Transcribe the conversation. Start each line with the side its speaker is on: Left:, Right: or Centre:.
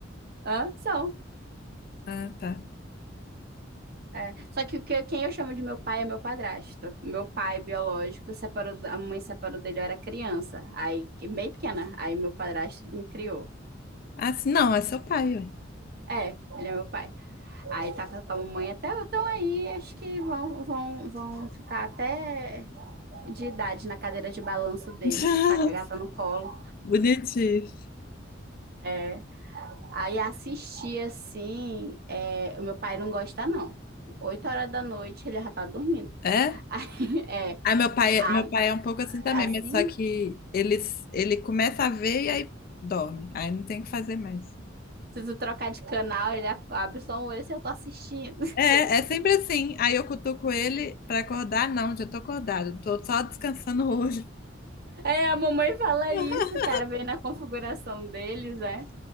Right: <laughs> Hã? São.
Left: Ah, tá.
Right: É, só que o que quem eu chamo de meu pai é meu padrasto. O meu pai biológico separou, a mãe separou dele, eu era criança. Aí, bem pequena. Aí meu padrasto me criou.
Left: Ah, sim, não, é seu pai, ué.
Right: É, ele é meu pai. Aí tá com a com a mamãe até então aí, acho que vão, vão, vão ficar até de idade na cadeira de balanço deles,
Left: <laughs>
Right: com a gata no colo.
Left: Bonitinho.
Right: É. Aí assistir assim, é, o meu pai não gosta, não. Oito horas da noite ele já tá dormindo.
Left: É?
Right: <laughs> Aí, é,
Left: Ah, meu pai,
Right: a-
Left: é- meu pai é um pouco assim também,
Right: assim,
Left: mas só que ele, ele começa a ver e aí dorme. Aí não tem o que fazer mais.
Right: Se tu trocar de canal, ele abre só um olho assim, eu tô assistindo. <laughs>
Left: É, é sempre assim. Aí eu cutuco ele pra acordar. Não, já tô acordado. Tô só descansando o olho.
Right: É, a mamãe fala
Left: <laughs>
Right: isso, cara, vem na configuração deles, é.